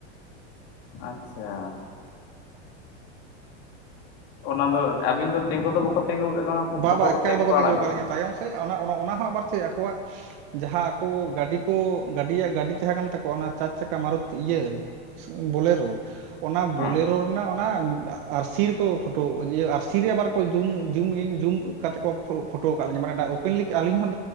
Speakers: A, on the left; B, on the right.
A: ᱟᱪᱪᱷᱟ ᱚᱱᱟ ᱫᱚ ᱟᱹᱵᱤᱱ ᱫᱚ ᱛᱤᱸᱜᱩ ᱫᱚ ᱵᱟᱠᱚ ᱛᱤᱸᱜᱩ ᱠᱟᱜ ᱵᱤᱱᱟ
B: ᱵᱟ
A: ᱯᱷᱳᱴᱳ
B: ᱵᱟ
A: ᱠᱟᱛᱮ
B: ᱮᱠᱟᱞ
A: ᱜᱮ
B: ᱵᱟᱠᱚ
A: ᱠᱚ
B: ᱛᱤᱸᱜᱩ
A: ᱟᱲᱟᱜᱚᱜᱼᱟ
B: ᱟᱠᱟᱫ ᱞᱤᱧᱟᱹ ᱛᱟᱭᱚᱢ ᱥᱮᱫ ᱚᱱᱟ ᱚᱱᱟ ᱚᱱᱟ ᱦᱚᱸ ᱟᱵᱟᱨ ᱪᱮᱫ ᱟᱠᱚᱣᱟᱜ᱾ ᱡᱟᱦᱟᱸ ᱟᱠᱚ ᱜᱟᱹᱰᱤ ᱠᱚ ᱜᱟᱹᱰᱤᱭᱟᱜ ᱜᱟᱹᱰᱤ ᱛᱟᱦᱮᱸ ᱠᱟᱱ ᱛᱟᱠᱚᱣᱟ ᱚᱱᱟ ᱪᱟᱨ ᱪᱟᱠᱟ ᱢᱟᱨᱚᱛᱤ ᱤᱭᱟᱹ ᱵᱳᱞᱮᱨᱳ ᱚᱱᱟ ᱵᱳᱞᱮᱨᱳ
A: ᱦᱮᱸ
B: ᱨᱮᱱᱟᱜ ᱚᱱᱟ ᱟᱨᱥᱤ ᱨᱮᱠᱚ ᱯᱷᱳᱴᱳ <inaudible> ᱟᱨᱥᱤᱨᱮ ᱟᱵᱟᱨ ᱠᱚ ᱡᱩᱢ ᱡᱩᱢᱤᱱ ᱡᱩᱢ ᱠᱟᱛᱮ ᱠᱚ ᱯᱷᱳᱴᱳ ᱟᱠᱟᱫ ᱞᱤᱧᱟ ᱢᱟᱱᱮ ᱳᱯᱮᱱᱞᱤ ᱟᱞᱤᱧ ᱦᱚᱸ